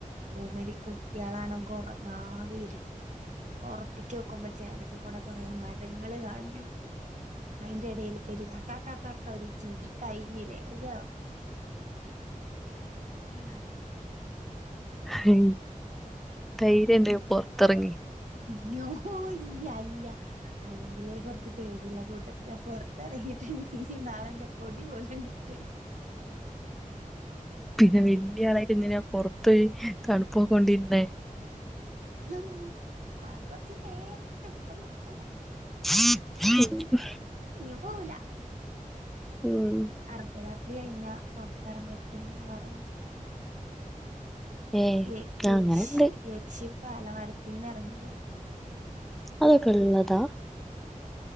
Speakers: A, on the right; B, in the centre.
A: മതി കുട്ടികളാണങ്ക ഉറങ്ങാ വെരിട്ടും. പൊറത്തേക്ക് നോക്കുമ്പോ ജനല് കൂടെ കൊറെ മരങ്ങള് കാണുന്നുണ്ട്. അയിന്റെ ഇടയിൽ ഒരു ക ക കാക്ക ഒരു ചിരി കഴിഞ്ഞില്ലേ അയ്യോ. ആഹ
B: അയ്യ ധൈര്യം ണ്ടെങ്കി പൊറത്തെറങ്ങി
A: അയ്യോഇല്ല ഇല്ല അല്ലെങ്കില് കുറച്ച് പേടിയുള്ള കൂട്ടത്തില. പൊറത്തിറങ്ങിയിട്ടുണ്ടെങ്കി നാളൻന്റെ പൊടി പോലും കിട്ട്
B: പിന്നെ വല്യ ആളായിട്ട് ഇങ്ങനെ പൊറത്ത് തണുപ് കൊണ്ടിരുന്നേ?
A: ഉം അത് കൊറച്ച് നേരത്തേ അല്ല.
B: <unintelligible>
A: ഇഞ്ഞ് പോവൂല
B: ഉം
A: അർദ്ധരാത്രി കഴിഞ്ഞ പുറത്തിറങ്ങരുത്ത എന്ന പറയ
B: ഏയ്
A: യ യക്ഷി
B: അങ്ങനെണ്ട്
A: യക്ഷി പാലമരത്തിൽന്നിറങ്ങി വരും
B: അതൊക്കെ ഉള്ളതാ